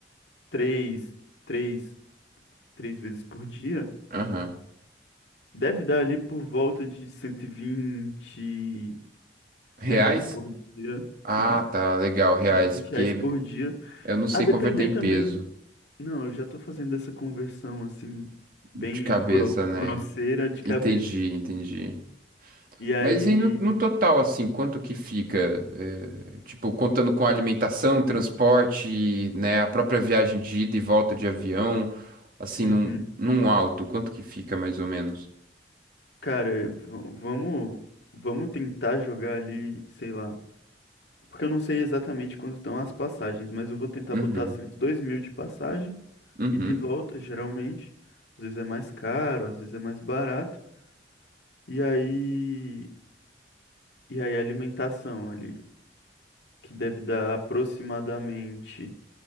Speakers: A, on the left; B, on the right.
A: três, três, três vezes por dia,
B: aham.
A: deve dar ali por volta de cento e vinte
B: Reais?
A: reais por dia,
B: Ah,
A: sim,
B: tá, legal, reais,
A: cento e vinte
B: porque
A: reais por dia.
B: eu não sei
A: A depender
B: converter em
A: também,
B: peso
A: não, eu já tô fazendo essa conversão assim
B: de
A: bem
B: cabeça,
A: gro-
B: né?
A: grosseira de cabeça.
B: Entendi, entendi.
A: E aí,
B: Mas e no, no total,
A: Hum.
B: assim, quanto que fica? eh, tipo, contando com alimentação, transporte, né? A própria viagem de ida e volta de avião, assim,
A: uhum.
B: num, num alto, quanto que fica mais ou menos?
A: Cara, v- vamos vamos tentar jogar ali, sei lá. Porque eu não sei exatamente quanto estão as passagens, mas eu vou tentar
B: Uhum,
A: botar assim uns dois mil de passagem
B: uhum,
A: e de volta, geralmente. Às vezes é mais caro, às vezes é mais barato. E aí, e aí a alimentação ali, que deve dar aproximadamente